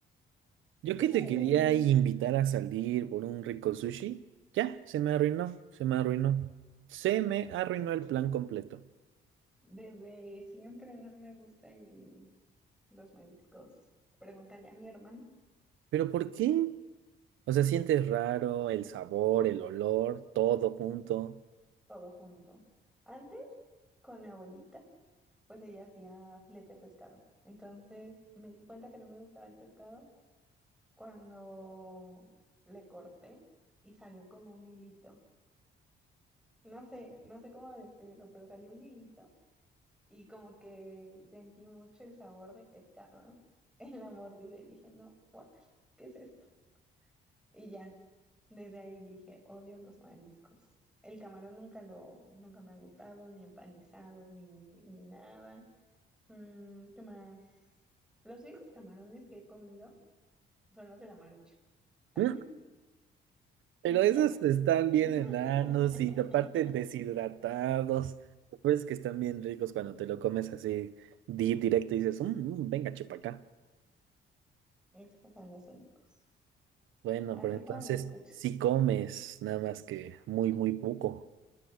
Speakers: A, on the right; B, in the centre.
A: yo que
B: Mm,
A: te quería invitar a salir por un rico sushi. Ya, se me arruinó, se me arruinó. Se me arruinó el plan completo.
B: Desde siempre no me gusta el, los mariscos. Pregúntale a mi hermano,
A: ¿Pero por qué? O sea, sientes raro el sabor, el olor, todo junto.
B: todo junto. Antes, con mi abuelita, pues ella hacía filete de pescado. Entonces me di cuenta que no me gustaba el pescado cuando le corté y salió como un hilito. No sé, no sé cómo describirlo, pero salió un hilito y como que sentí mucho el sabor de pescado <laughs> en la mordida y dije, no, guácala, ¿qué es esto? Y ya, desde ahí dije, odio los mariscos. El camarón nunca lo, nunca me ha gustado, ni empanizado, ni, ni nada. Mm, ¿qué más? Los únicos camarones que he comido son los de la Marucha. <laughs>
A: <laughs> Pero
B: Y
A: esos
B: ya.
A: están
B: <laughs>
A: bien enanos y aparte deshidratados. Lo peor es que están bien ricos cuando te lo comes así di directo y dices, "Mm, mm, venga, chepa acá.
B: Esos son los únicos.
A: Bueno,
B: Así
A: pero entonces
B: como lo escuchas.
A: si comes, nada más que muy, muy poco.